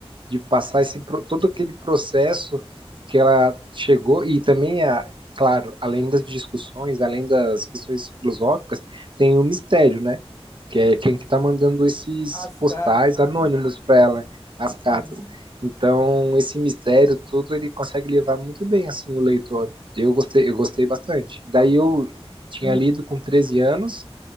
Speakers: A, on the right; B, on the left.
A: de passar esse, pro- todo aquele processo que ela chegou, e também, a, claro, além das discussões, além das questões filosóficas, tem o mistério, né? Que é quem que tá mandando esses
B: As
A: postais
B: cartas,
A: anônimos
B: né?
A: para ela, as cartas.
B: Uhum.
A: Então, esse mistério todo ele consegue levar muito bem assim o leitor. Eu gostei, eu gostei bastante. Daí eu tinha
B: Hum.
A: lido com 13 anos